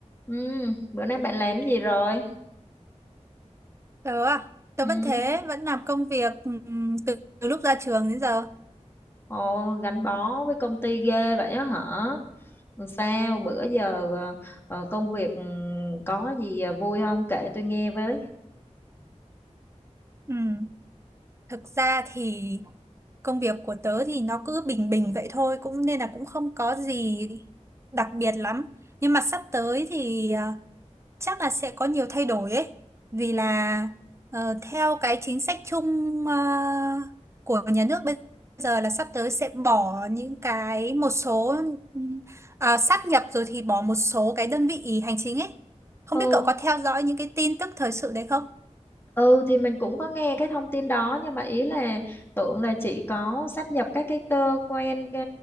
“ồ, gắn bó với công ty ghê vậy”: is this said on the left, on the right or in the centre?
Left